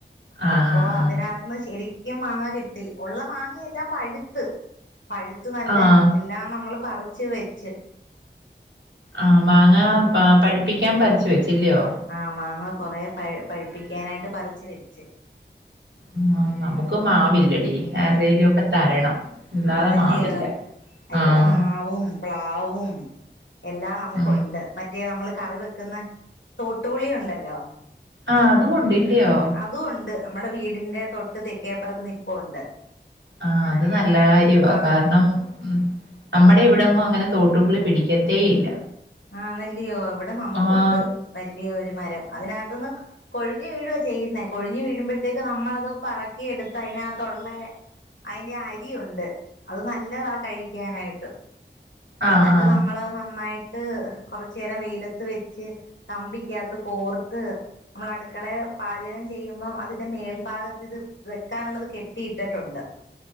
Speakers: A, on the right; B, on the left.
A: ആഹ്
B: അപ്പൊ
A: ആഹ്
B: അതിനകത്ത്ന്ന്
A: ആഹ്
B: ശെരി ക്കും മാങ്ങ കിട്ടി ഉള്ള മാങ്ങ എല്ലാം പഴുത്ത് പഴ് ത്ത് നല്ല
A: ആഹ്
B: എല്ലാം നമ്മള് പറിച്ച് വെച്ച്
A: ആഹ്
B: ഉം
A: മാങ്ങ പ പഴിപ്പിക്കാൻ പറിച്ചു വെച്ച് അല്ലിയോ
B: ആഹ് മാങ്ങ കൊറേ പ പഴിപ്പിക്കാനായിട്ട് പറിച്ച് വെച്ച്
A: ഉം ന നമുക്ക്
B: ഉം
A: മാവില്ലെടി ആരേലോക്കെ തരണം അല്ലാതെ
B: ആണല്ലിയോ
A: മാവില്ല
B: ഇവിടെ
A: ആഹ്
B: മാവും പ്ലാവും എല്ലാം നമുക്കുണ്ട്
A: ആഹ്
B: മറ്റേ നമ്മള് കറി വെക്കുന്നെ തോട്ടുപുളിയുണ്ടല്ലോ
A: ആ അത് കൊണ്ടില്ല്യോ
B: അതുംണ്ട് നമ്മുടെ വീടിന്റെ തൊട്ട് തെക്കേപ്പറത്ത് നിപ്പുണ്ട് അ
A: ആഹ് അത് നല്ല കാര്യ
B: ആ
A: കാരണം ഉം നമ്മടെ ഇവിടൊന്നും അങ്ങനെ തോട്ടുപുളി പിടിക്കത്തേ ഇല്ല
B: ആണല്യോ ഇവിടെ നമുക്കുണ്ട്
A: ആഹ്
B: വല്ല്യൊരു മരം അതിനത്ത്ന്ന് കൊഴിനു വീഴുവാ ചെയ്യുന്നെ കൊഴിഞ്ഞ് വീഴ്മ്പഴത്തേക്ക് നമ്മളത് പറക്കി എടുത്ത് അതിനകത്തൊള്ളെ അയ്ന്റെ അരി ഉണ്ട് അത് നല്ലതാ കഴിക്കാനായിട്ട് എന്നിട്ട്
A: ആഹ് ആഹ്
B: നമ്മൾ അത് നന്നായിട്ട് കൊറച്ചേരം വെയിലത്ത് വെച്ച് കമ്പിക്കാത്ത് കോർത്ത് നമ്മള് അടുക്കളെ പാചകം ചെയ്യുമ്പം അതിന്റെ മേൽഭാഗത്ത് ഇത് വെക്കാനുള്ളത് കെട്ടിയിട്ടിട്ടുണ്ട്